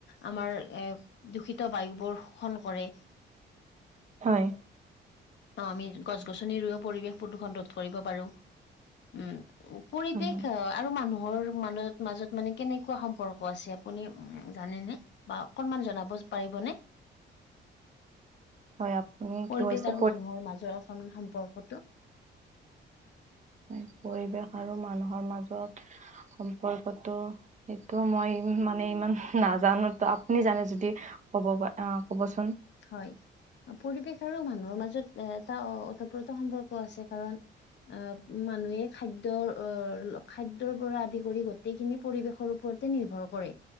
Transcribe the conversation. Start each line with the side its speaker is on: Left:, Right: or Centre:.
Left: আমাৰ এ দূষিত বায়ু বোৰ শোষণ কৰে।
Right: হয়।
Left: অ', আমি গছ-গছনি ৰুইয়ো পৰিৱেশ প্ৰদূষণ ৰোধ কৰিব পাৰো উম। উ পৰিৱেশ
Right: হয় হয়
Left: অ', আৰু মানুহৰ মাজত মাজত মানে কেনেকুৱা সম্পৰ্ক আছে আপুনি উ জানেনে? বা অকনমান জনাব পাৰিবনে।
Right: হয় আপুনি
Left: পৰিৱেশ
Right: কি কৈছে
Left: আৰু মানুহৰ মাজৰ অকমান সম্পৰ্কটো।
Right: হয় পৰিৱেশ আৰু মানুহৰ মাজত, সম্পৰ্কটো সেইটো মই মানে ইমান নাজানো, ত আপুনি জানে যদি ক'ব পাৰে অ', ক'ব চোন।
Left: হয়। পৰিৱেশ আৰু মানুহৰ মাজত এ এটা ওতঃপ্ৰত সম্পৰ্ক আছে কাৰণ অ', মানুহে খাদ্যৰ অ', খাদ্যৰ পৰা আদি কৰি গোটেইখিনি পৰিৱেশৰ ওপৰতে নিৰ্ভৰ কৰে।